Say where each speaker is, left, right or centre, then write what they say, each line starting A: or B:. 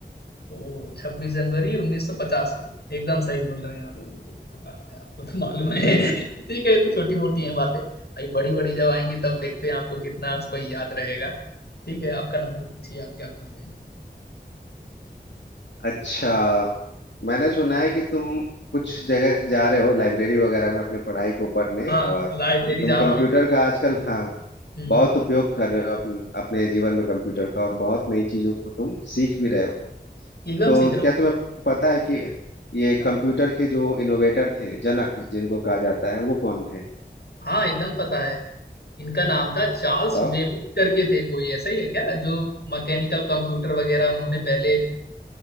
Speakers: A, on the left (about 65°); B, on the left (about 85°).
A: ओ छब्बीस जनवरी उन्नीस सौ पचास को एकदम सही बोल रहे हैं आप
B: हम्म,
A: क्या बात है आपको तो मालूम है
B: सही है
A: <laughs>
B: ना
A: ठीक है ये तो छोटी मोटी है बातें अभी बड़ी बड़ी जब आएंगी तब देखते हैं आपको कितना उसको याद रहेगा ठीक है आपका नंबर पूछिए आप क्या पूछ रहे हैं
B: अच्छा मैंने सुना है कि तुम कुछ जगह जा रहे हो लाइब्रेरी वगैरह में अपने पढ़ाई को पढ़ने
A: हाँ
B: और
A: लाइब्रेरी
B: तुम
A: जा
B: कंप्यूटर
A: रहा हूँ एकदम जा
B: का
A: रहा
B: आजकल हाँ
A: हूँ हम्म
B: बहुत उपयोग कर रहे हो अपने अपने जीवन में कंप्यूटर का और बहुत नई चीजों को तुम सीख भी रहे हो
A: एकदम
B: तो
A: सीख रहा
B: क्या तुम्हें पता है कि ये
A: हूँ
B: कंप्यूटर के जो इनोवेटर थे जनक जिनको कहा जाता है वो कौन थे
A: हाँ एकदम पता है इनका नाम था चार्ल्स
B: बताओ
A: वेबिज करके थे कोई ऐसा ही है क्या जो मैकेनिकल कंप्यूटर वगैरह उन्होंने पहले